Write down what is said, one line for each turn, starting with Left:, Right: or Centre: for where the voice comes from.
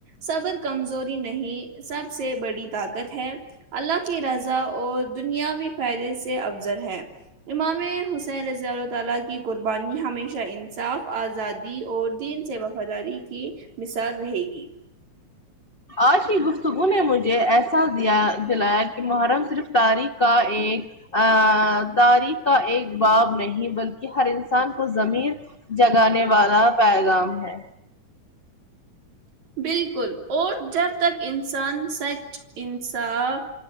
Right: صبر کمزوری نہیں سب سے بڑی طاقت ہے اللہ کی رضا اور دنیاوی فائدے سے افضل ہے امام حسین رضی اللہ تعالی کی قربانی ہمیشہ انصاف آزادی اور دین سے وفاداری کی مثال رہے گی
Left: آج کی گفتگو نے مجھے احساس دیا دلایا کہ محرم صرف تاریخ کا ایک تاریخ کا ایک باب نہیں بلکہ ہر انسان کو ضمیر جگانے والا پیغام ہے
Right: بالکل اور جب تک انسان سچ انصاف